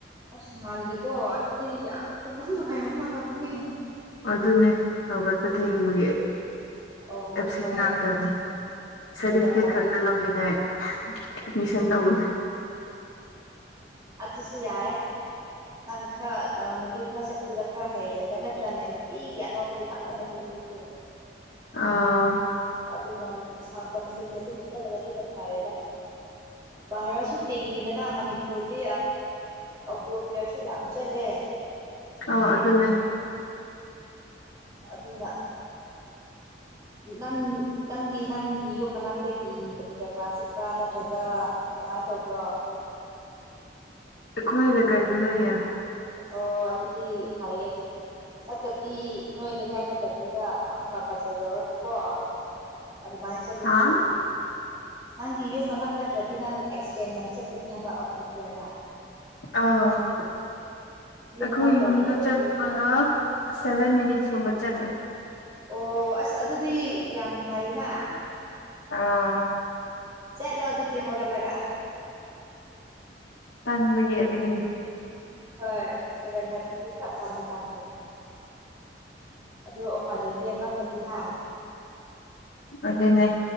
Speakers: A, on the right; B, on the left.
A: ꯑꯁ ꯉꯥꯜꯜꯂꯤꯦꯀꯣ ꯑꯗꯨꯗꯤ ꯌꯥꯝ ꯇꯨꯝꯕ ꯅꯨꯡꯉꯥꯏꯕꯣ ꯃꯇꯝꯅꯤꯅꯦ꯫
B: ꯑꯗꯨꯅꯦ ꯍꯧꯒꯠꯄ ꯊꯦꯡꯕꯒꯤ
A: ꯑꯣ
B: ꯑꯦꯞꯁꯦꯟ
A: ꯍꯣꯏ
B: ꯉꯥꯛꯇꯅꯤ ꯁꯥꯔꯇꯤꯐꯤꯀꯦꯠ
A: ꯁꯚꯦꯟ ꯊꯥꯔꯇꯤꯗꯤ
B: ꯈꯛꯇ ꯂꯧꯅꯤꯡꯉꯥꯏ ꯑꯦꯠꯃꯤꯁꯟ ꯇꯧꯕꯅꯦ꯫
A: ꯑꯗꯨꯗ꯫ ꯁꯨ ꯌꯥꯏ ꯅꯪ ꯈꯔ ꯅꯨꯃꯤꯠ ꯈꯔ ꯆꯦꯞꯄꯨꯗ ꯈꯔ ꯍꯩꯔꯒ ꯅꯠꯇ꯭ꯔꯅꯦ ꯅꯨꯡꯇꯤꯒꯤ ꯑꯅꯧꯕꯗꯤ ꯇꯥꯛꯄ ꯅꯠꯇꯦ ꯃꯣꯏꯁꯨ꯫
B: ꯑꯥ‌꯫
A: ꯑꯗꯨꯅ ꯁꯥꯡꯕ ꯅꯨꯃꯤꯠꯇ ꯑꯗꯨꯝ ꯆꯠꯂꯒ ꯑꯗꯨꯅ ꯐꯔꯦꯗ ꯚꯥꯔꯥꯁꯨ ꯇꯤꯡꯉꯤꯗꯅ ꯃꯅꯤꯄꯨꯔꯗꯤ ꯑꯣꯛꯇꯣ ꯐꯤꯌꯥꯔꯁꯨ ꯌꯥꯝ ꯆꯠꯂꯦ꯫
B: ꯑꯥ ꯑꯗꯨꯅꯦ
A: ꯑꯗꯨꯅ꯫ ꯅꯪ ꯅꯪꯒꯤ ꯅꯪꯒꯤ ꯌꯨꯝ ꯃꯅꯥꯛꯇꯒꯤꯒꯨꯝꯗ꯭ꯔꯣ ꯀ꯭ꯂꯥꯁꯁꯤꯛꯇ ꯅꯠꯇ꯭ꯔꯒ ꯀꯃꯥꯏꯅ ꯇꯧꯕ꯭ꯔꯣ꯫
B: ꯑꯩꯈꯣꯏꯅ ꯀꯩꯗ ꯂꯩꯌꯦ꯫
A: ꯑꯣ ꯑꯗꯨꯗꯤ ꯐꯩꯌꯦ ꯅꯠꯇꯕꯤ ꯅꯣꯏ ꯂꯩꯀꯥꯏ ꯅꯠꯇꯕꯤꯗ ꯑꯃꯨꯛꯀ ꯕꯖꯥꯔ ꯌꯧꯔꯒꯀꯣ ꯑꯗꯨꯃꯥꯏꯅ ꯆꯠꯂꯗꯤ
B: ꯍꯥ
A: ꯅꯪꯒꯤ ꯌꯨꯝ ꯃꯅꯥꯛ ꯅꯠꯇ꯭ꯔꯗꯤ ꯅꯪ ꯑꯦꯛꯁꯄꯦꯟ ꯌꯥꯝ ꯆꯠꯀꯅꯤ ꯍꯥꯏꯕ ꯑꯣꯛꯇꯣ ꯐꯤꯌꯔꯅ
B: ꯑꯥ
A: ꯌꯨꯝ
B: ꯑꯩꯈꯣꯏ
A: ꯃꯅꯥꯛꯇ
B: ꯌꯨꯝꯗ
A: ꯂꯩꯔꯗꯤ
B: ꯆꯠꯄꯒ
A: ꯐꯩ
B: ꯁꯚꯦꯟ ꯃꯤꯅꯤꯠꯁ <unintelligible> ꯆꯠꯂꯦ
A: ꯑꯣ ꯑꯁ ꯑꯗꯨꯗꯤ ꯌꯥꯝ ꯐꯩꯅ
B: ꯑꯥ
A: ꯆꯠꯂꯣ ꯑꯗꯨꯗꯤ ꯍꯧꯒꯠꯂꯒ
B: ꯇꯟꯕꯒꯤ ꯑꯗꯨꯒꯤꯅꯤ
A: ꯍꯣꯢ ꯁꯚꯦꯟ ꯊꯥꯔꯇꯤꯗꯤ ꯈꯔ ꯇꯥꯟꯗꯤ ꯇꯥꯟꯒꯅꯤ ꯑꯗꯨ ꯎꯄꯥꯏ ꯂꯩꯇꯦ ꯅꯠꯇꯗꯤ ꯍꯥ
B: ꯑꯗꯨꯅꯦ